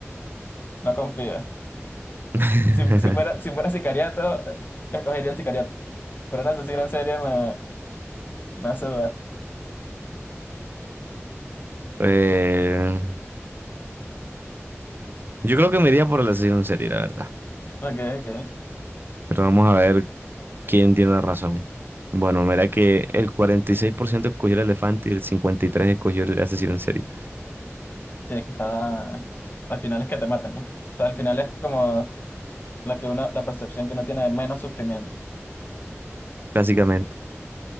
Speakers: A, on the left; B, on the right.
A: no confío.
B: <laughs>
A: Si, si fuera, si fuera sicariato, eh, escogería el sicariato. Pero un asesino en serie me, me hace dudar.
B: Eh, yo creo que me iría por el asesino en serie, la verdad.
A: Ok, ok.
B: Pero vamos a ver quién tiene la razón. Bueno, mira que el 46% escogió el elefante y el 53% escogió el asesino en serie,
A: Sí, es que estaba... Al final es que te matan, ¿no? O sea, al final es como la que uno, la percepción que uno tiene de menos sufrimiento.
B: básicamente.